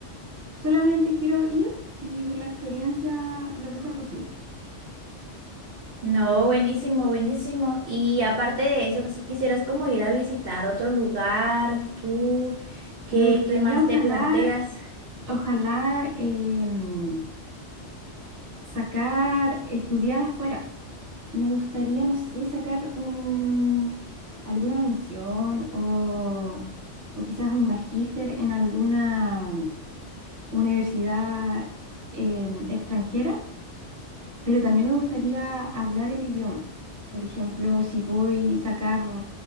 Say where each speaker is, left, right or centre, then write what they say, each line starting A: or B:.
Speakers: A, on the right; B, on the right.
A: solamente quiero ir y vivir la experiencia lo mejor posible.
B: No, buenísimo, buenísimo. Y aparte de eso, si quisieras como ir a visitar otro lugar, tú, ¿qué,
A: Me gustaría,
B: qué más
A: ojalá,
B: te planteas?
A: ojalá em, sacar, estudiar afuera. Me gustaría, no sé, sacar un, alguna mención o, o quizás un magíster en alguna universidad em, extranjera, pero también me gustaría hablar el idioma. Por ejemplo, si voy a sacar